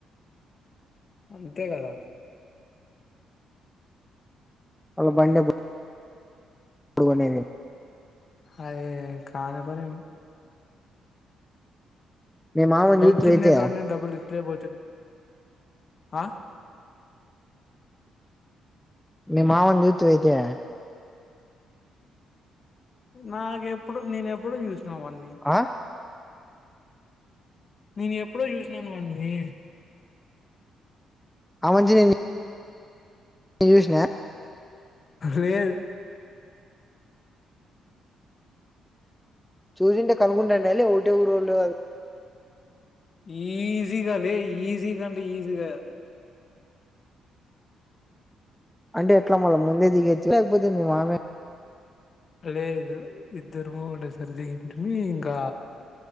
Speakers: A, on the left; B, in the centre.
A: అంతే కదా
B: అలా బండి ఇప్పుడు గోనె
A: అయే కానీ పనీ
B: మీ మామని చూతివి
A: వచ్చిందిేటువంటి
B: అయితే
A: డబ్బులు ఇట్లే పోపోతుంది ఆ
B: మీ మామ జుతివ అయితే
A: నాకుెప్పుడు నేన ఎప్పుడు చూసి అవన్నీ
B: ఆ
A: నేను ఎప్పుడో చూసినాను వన్ని
B: ఆ మంచి నిని ఈ యూష్ నా
A: లేేదు
B: చూసింటే కనుక్కుంటాండే లే ఒకటే ఊరుోళ్ళు అద్
A: ఈజిగా లే ఈజ్ ఈజీగా అంటే ఈజీగా
B: అంటే ఎట్లా మళ్ళా ముందే దిగచ్చు లేకపోతే మీ మామే
A: లేేదు ఇద్ద ద్దరము ఒకటేసారి దిగింటిమి ఇంకా